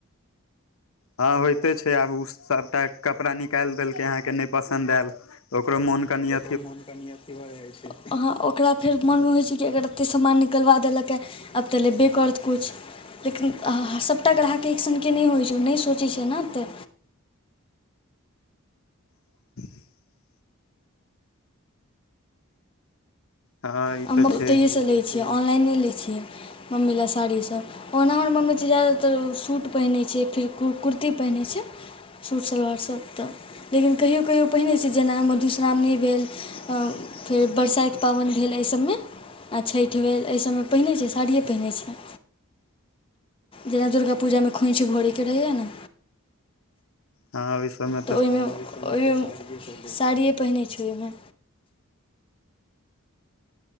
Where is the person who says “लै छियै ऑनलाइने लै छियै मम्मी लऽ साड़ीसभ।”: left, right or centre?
Left